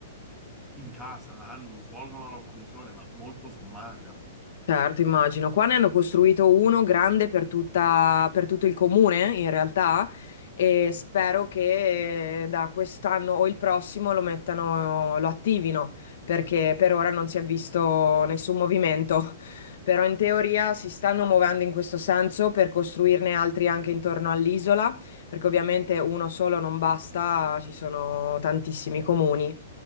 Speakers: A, in the centre; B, on the left.
A: in casa hanno- svolgono la loro funzione, ma molto sommaria.
B: Certo, immagino. Qua ne hanno costruito uno grande per tutta- per tutto il comune, in realtà, e spero che eh, da quest'anno o il prossimo lo mettano, lo attivino, perché per ora non si è visto nessun movimento. Però in teoria si stanno muovendo in questo senso per costruirne altri anche intorno all'isola, perché ovviamente uno solo non basta, ci sono tantissimi comuni